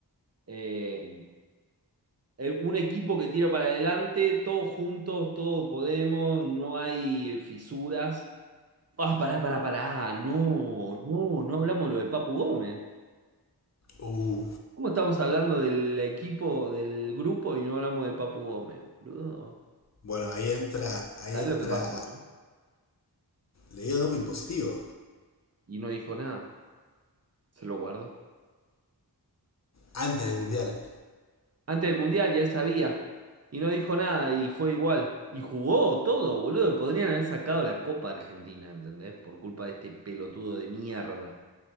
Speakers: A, on the right; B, on the left.
A: Eh, el- un equipo que tira para adelante, todos juntos, todos podemos, no hay fisuras. Ah, pará, pará, pará. Ah, No, no, no hablamos lo del Papu Gómez.
B: Uh,
A: ¿Cómo estamos hablando del equipo, del grupo y no hablamos del Papu Gómez, boludo?
B: bueno, ahí entra, ahí
A: ¿Sabés
B: entra,
A: lo que pasó, no?
B: le dio doping positivo,
A: Y no dijo nada, se lo guardó.
B: antes del Mundial.
A: Antes del Mundial ya él sabía y no dijo nada y fue igual. Y jugó todo, boludo. Podrían haber sacado la Copa Argentina, ¿entendés? Por culpa de este pelotudo de mierda.